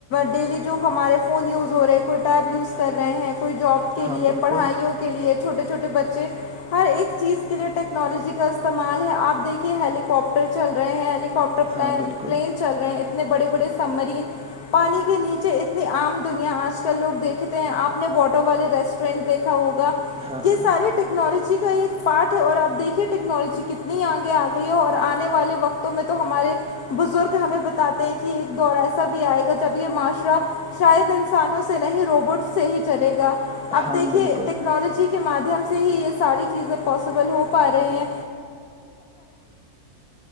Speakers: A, on the left (about 80°); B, in the centre.
A: ڈیلی جو ہمارے فون یوز ہو رہے ہیں کوئی ٹیب یوز کر رہے ہیں کوئی جاب کے
B: ہاں
A: لیے
B: بالکل
A: پڑھائیوں کے لیے چھوٹے چھوٹے بچے ہر ایک چیز کے لیے ٹیکنالوجی کا استعمال ہے آپ دیکھیے ہیلییکپٹر چل رہے ہیں ہیلی پٹر
B: ہاں بالکل
A: پلین چل رہے ہیں اتنے بڑے بڑے سب مرین پانی کے نیچے اتنی عام دنیا آج کل لوگ دیکھتے ہیں آپ نے واٹر والے ریسٹ ٹرینڈ دیکھا ہوگا
B: ہاں
A: یہ
B: ہاں
A: سارے ٹیکنالوجی کا ہی ایک پارٹ ہے اور آ دیکھیے ٹیکنالوجی کتنی آگے آ گئی ہے اور آنے والے وقت تو میں تو ہمارے بزرگ ہمیں بتاتے ہیں کہ ایک دور ایس بھی آئے گا جب یہ معاشرہ شاید انسانوں سے نہیں روبوٹ سے ہی چلے گا اب
B: ہاں
A: دیکھیے
B: بالکل
A: ٹیکنالوجی کے مادھیم سے ہی یہ ساری چیزیں پاسیبل ہو پا رہی ہیں